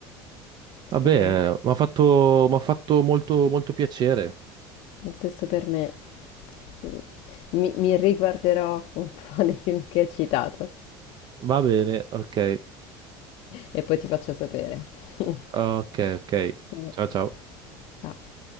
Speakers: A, on the right; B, on the left.
A: Vabbè,
B: Speriamo.
A: mi ha fatto, m'ha fatto molto, molto piacere.
B: Lo stesso per me. Mm, Mi, mi riguarderò un po' <laughs> dei film che hai citato
A: Va bene, ok,
B: e poi ti faccio sapere. <laughs>
A: ok, ok.
B: Ma-
A: Ciao ciao.
B: Ciao.